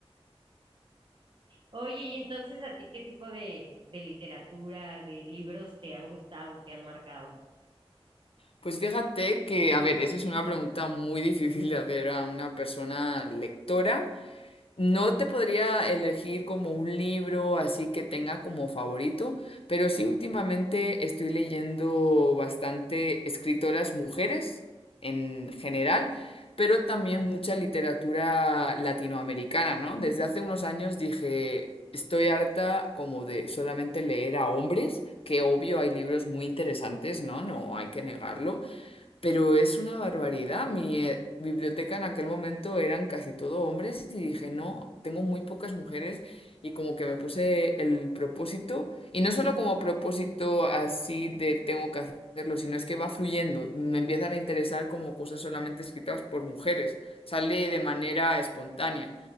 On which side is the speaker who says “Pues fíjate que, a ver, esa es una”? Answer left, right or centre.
Left